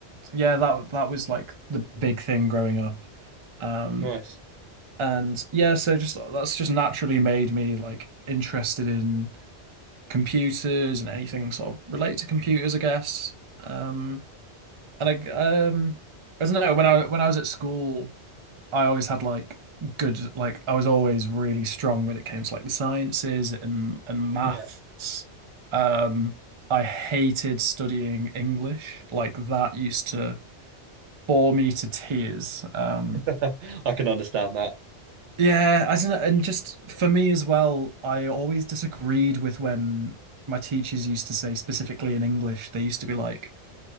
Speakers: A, on the right; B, on the right.
A: yeah, that that was like the big thing growing up. Um,
B: nice.
A: and yeah, so just that's just naturally made me like interested in computers and anything sort of related to computers, I guess. Um, and I um, I don't know when I when I was at school. I always had like good like I was always really strong when it came to like the sciences and and maths.
B: Yeah,
A: Um, I hated studying English. Like that used to bore me to tears. Um,
B: <laughs> I can understand that.
A: yeah, I don't know, and just for me as well, I always disagreed with when my teachers used to say specifically in English, they used to be like